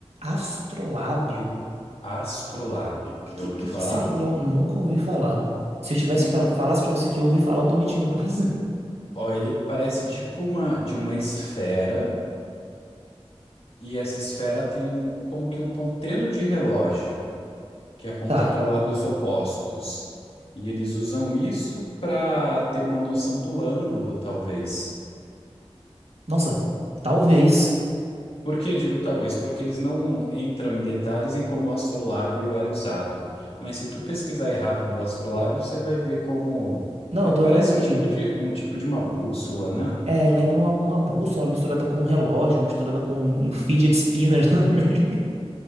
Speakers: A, on the right; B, on the left.
A: Astrolábio.
B: Astrolábio.
A: Que,
B: Já
A: que,
B: ouviu
A: que
B: falar?
A: que seria? nunca ouvi falar. Se eu tivesse
B: Meu.
A: pra, falasse pra você que eu ouvi falar, eu tô mentindo pra <laughs> você.
B: Ó, ele parece tipo uma de uma esfera, e essa esfera tem um, como que um ponteiro de relógio que aponta
A: Tá.
B: para lados opostos. E eles usam isso para ter uma noção do ângulo, talvez.
A: Nossa, talvez.
B: Por que digo talvez? Porque eles não entram em detalhes em como o astrolábio era usado. Mas se tu pesquisar aí rápido o astrolábio, você vai ver como
A: Não,
B: ele
A: eu
B: parece
A: tô vendo aqui.
B: um tipo de um tipo de uma bússola, né?
A: É, lembra uma, uma bússola misturada com um relógio, misturada com um fidget spinner <laughs> também.